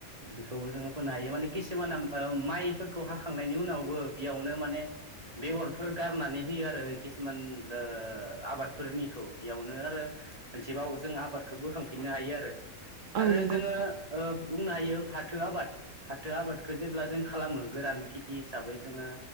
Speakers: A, on the right; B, on the right.
A: बेखौबो जोङो फोनो हायो माने किसुमाना ओ माइफोरखौ हाखांनायनि उनावबो बेयावनो माने बेगरफोर गारनानै होयो आरो किसुमान ओ आबादफोरनिखौ बेयावनो आरो मोनसेबाव जोङो आबादखौ बोखांफिननो हायो आरो
B: औ
A: आरो
B: नंगौ
A: जोङो
B: नोंथां
A: ओ बुंनो हायो फाथो आबाद फाथो आबादखो जेब्ला जों खालामो गोरान खेथि हिसाबै जोङो